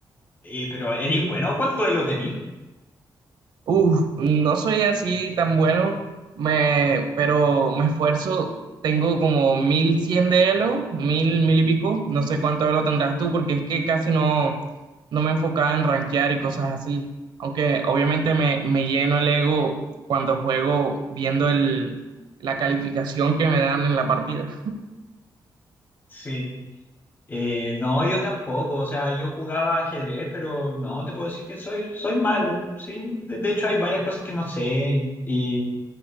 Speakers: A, on the left (about 25°); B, on the right (about 70°).
A: eh, pero eres bueno, ¿cuánto de lo tenís?
B: Uf, no soy así tan bueno, me, pero me esfuerzo. Tengo como 1100 de Elo, 1000 1000 y pico. No sé cuánto Elo tendrás tú, porque es que casi no, no me enfocaba en rankear y cosas así. Aunque obviamente me, me lleno el ego cuando juego viendo el, la calificación que me dan en la partida.
A: Sí. Eh, no, yo tampoco. O sea, yo jugaba ajedrez, pero no te puedo decir que soy, soy malo. Sí, de, de hecho hay varias cosas que no sé y,